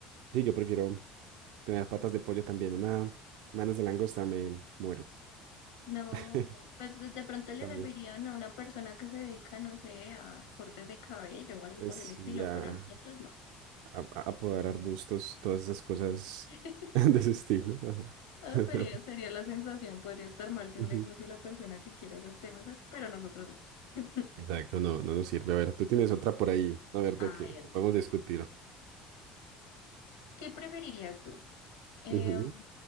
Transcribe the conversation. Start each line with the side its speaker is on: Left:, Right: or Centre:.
Right: sí, yo prefiero tener patas de pollo también, una manos de langosta me muero
Left: No,
Right: <laughs>
Left: pues de de pronto le
Right: también.
Left: servirían a una persona que se dedica, no sé, a cortes de cabello o algo
Right: Es
Left: por el estilo,
Right: ya.
Left: pero a nosotros no.
Right: a- a- apoderar bustos, todas esas cosas
Left: <laughs>
Right: <laughs> de ese estilo. ajá.
Left: No,
Right: <laughs>
Left: sería, sería la sensación, podrías armarse
Right: Ujú.
Left: un negocio la persona que quiera esas tenazas, pero nosotros no. <laughs>
Right: Exacto, no, no nos sirve. A ver, tú tienes otra por ahí, a ver
Left: A
Right: de qué
Left: ver,
Right: podemos discutir.
Left: ¿qué preferirías tú? Em,
Right: Ujú.